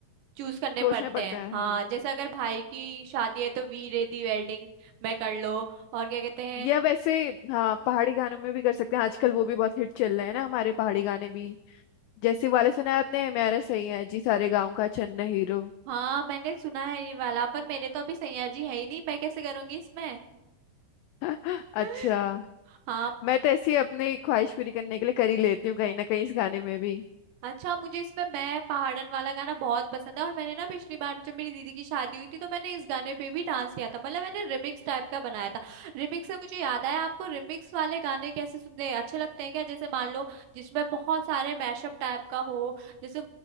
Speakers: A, on the right; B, on the left.
A: चूज करने
B: सोचना
A: पड़ते
B: पड़ता
A: हैं
B: है
A: हाँ
B: हाँ
A: जैसे अगर भाई की शादी है तो वी रेडी वेडिंग में कर लो और क्या कहते हैं
B: या वैसे हाँ पहाड़ी गानों में भी कर सकते हैं आजकल वो भी बहुत हिट चल रहे हैं ना हमारे पहाड़ी गाने भी जैसे वाले सुना है आपने मेरा सही है जी सारे गाँव का चन्न हीरो
A: हाँ मैंने सुना है ये वाला पर मेरे तो अभी सैया जी है ही नहीं मैं कैसे करूंगी इसमें
B: <laughs> अच्छा
A: <laughs> हाँ
B: मैं तो ऐसी अपनी ख्वाहिश पूरी करने के लिए कर ही लेती हूँ कहीं ना कहीं इस गाने में भी
A: अच्छा मुझे इसमें मैं पहाड़न वाला गाना बहुत पसंद है और मैंने ना पिछली बार जब मेरी दीदी की शादी हुई थी तो मैंने इस गाने पे भी डांस किया था मतलब मैंने रिमिक्स टाइप का बनाया था रिमिक्स से मुझे याद आया आपको रिमिक्स वाले गाने कैसे सुनते अच्छे लगते हैं क्या जैसे मान लो जिसमें बहुत सारे मैशअप टाइप का हो जैसे